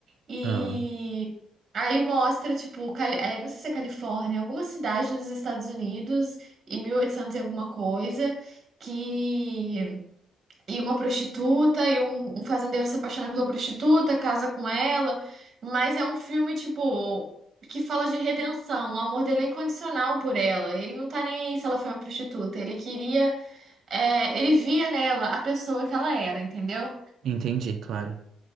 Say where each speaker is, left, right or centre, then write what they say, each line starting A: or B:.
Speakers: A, on the right (about 50°); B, on the right (about 75°).
A: E
B: Ah,
A: aí mostra, tipo, Cali- é, não sei se é Califórnia, alguma cidade dos Estados Unidos em 1800 e oitocentos e alguma coisa, que e uma prostituta, e um, um fazendeiro se apaixona pela prostituta, casa com ela, mas é um filme, tipo, que fala de redenção, o amor dele é incondicional por ela. Ele não tá nem aí se ela foi uma prostituta, ele queria, é, ele via nela a pessoa que ela era, entendeu?
B: entendi, claro.